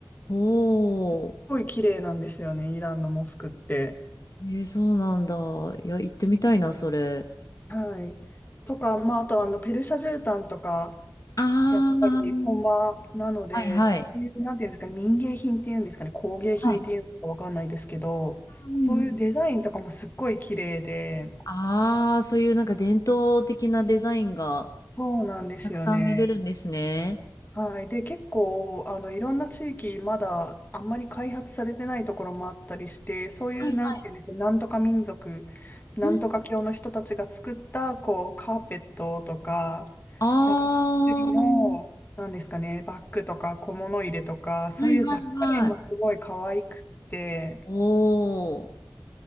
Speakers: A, on the left (about 55°); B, on the left (about 25°).
A: おう。
B: すごい綺麗なんですよね、イランのモスクって。
A: えー、そうなんだ。いや、行ってみたいな、それ。
B: はい。とか、まあ、あとあの、ペルシャ絨毯とか、
A: あー、
B: やっぱり本場なので、
A: はいはい。
B: そういう、なんていうんですかね、民芸品っていうんですかね、工芸品っていうのかわかんないですけど、
A: はい。うんうん。
B: そういうデザインとかもすっごい綺麗で、
A: ああ、そういうなんか伝統的なデザインが
B: そうなんですよね。
A: たくさん見れるんですね。
B: はい。で、結構、あの、いろんな地域、まだ、あんまり開発されてないところもあったりして、そういう、
A: はいはい。
B: なんていうんですか、なんとか民族、なんとか教の人たちが作った、
A: うん。
B: こう、カーペットとか、
A: あ
B: なんか、手作りの、
A: あ、は
B: なんですかね、バッグとか小物入れとか、そういう雑貨類もすごい可愛くって、
A: いはいはい。おお、